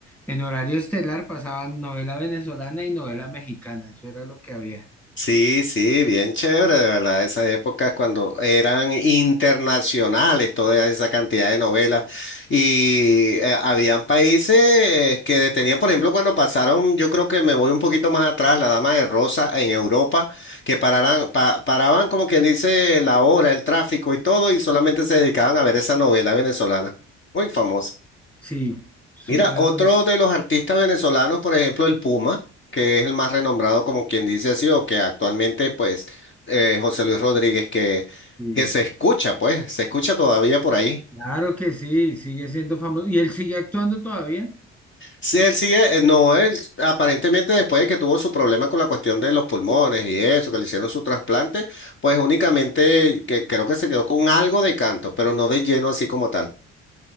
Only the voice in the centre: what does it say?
en horario estelar pasaban novela venezolana y novela mexicana. Eso era lo que había.
Sí, Supra.
Sí.
Claro que sí, sigue siendo famoso. ¿Y él sigue actuando todavía?